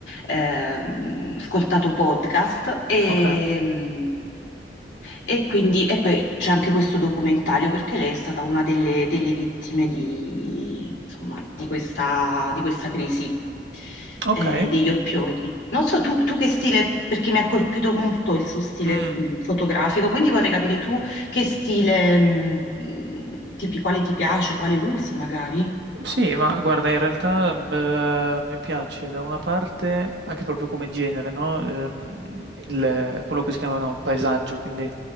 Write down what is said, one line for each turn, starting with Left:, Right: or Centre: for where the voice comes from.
Left: ehm, ascoltato podcast e,
Right: okay,
Left: e quindi e poi c'è anche questo documentario perché lei è stata una delle, delle vittime di, insomma, di questa, di questa crisi
Right: okay.
Left: eh, degli oppioidi. Non so tu, tu che stile, perché mi ha colpito molto il suo stile
Right: Mh.
Left: mh, fotografico, quindi vorrei capire tu che stile, mh, mh, tipi, quale ti piace, quale usi magari.
Right: Sì, ma guarda, in realtà beh, mi piace da una parte, anche proprio come genere, no? Ehm, il- quello che si chiama no, il paesaggio, quindi